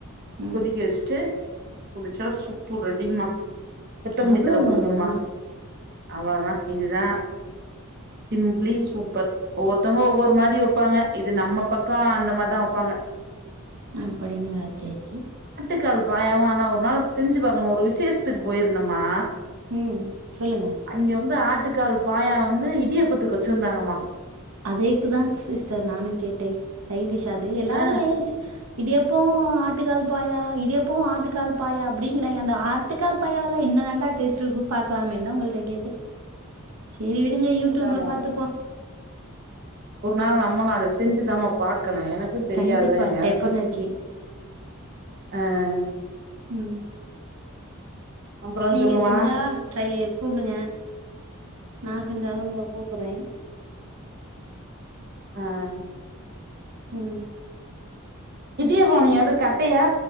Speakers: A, on the right; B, on the right.
A: ம்.
B: கொதிக்கி வச்ட்டு குடிச்சா சுப்பு ரெடிம்மா கொத்தமல்லித்தல
A: அவ்வளோதானா?
B: போட்டுக்கணுமா அவ்வளதா இதுதா சிம்ப்ளி சூப்பர் ஒவ்வொருத்தவங்க ஒவ்வொரு மாரி வெப்பாங்க இது நம்ம பக்க அந்த மாரிதா வெப்பாங்க
A: அப்படிங்களா சேச்சி
B: ஆட்டுகால் பாயவும் ஆனா ஒரு நாள் செஞ்சு பாக்கணும் ஒரு விசேஷத்துக்கு போயிருந்தம்மா
A: ம். சொல்லுங்க.
B: அங்க வந்து ஆட்டுக்கால் பாயா வந்து இடியப்பத்துக்கு வச்சிருந்தாங்கம்மா
A: அதேக்குதான் சிஸ்டர் நானும் கேட்டேன் சைடிஷ் அது எல்லாமே
B: ஆ
A: இடியப்போம் ஆட்டு கால் பாயா இடியப்பம் ஆட்டு கால் பாயா அப்படிங்கறாங்க அந்த ஆட்டுக்கால் பாயாவல்ல என்ன தாண்டா டேஸ்ட் குட் பாலாம் என் உங்கள்கிட்ட கேட்டு சேரி விடுங்க யூடியூப்ல
B: அதாமா
A: பாத்துப்போம்
B: ஒரு நாள் நம்மளும் அதை செஞ்சுதாம பா க்கணும் எனக்கும் தெரியாத
A: கண்டிப்பா,
B: எனக்கு
A: டெஃபனட்லி.
B: ஆஹ்
A: உம்
B: அப்றோ
A: நீங்க
B: சொல்லுங்கமா
A: செஞ்சா ட்ரை கூப்பிடுங்க ந செஞ்சாலும் உங்களை கூப்பறேன்
B: ஆஹ்
A: உம்
B: இடியாப்பம் நீங்க வந்து கட்டையா